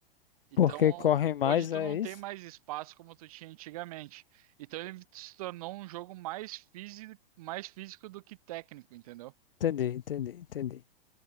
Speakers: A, on the right (about 40°); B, on the left (about 70°).
A: Então,
B: Porque correm mais,
A: hoje tu
B: é
A: não tem
B: isso?
A: mais espaço como tu tinha antigamente. Então ele se tornou um jogo mais físico, mais físico do que técnico, entendeu?
B: Entendi, entendi, entendi.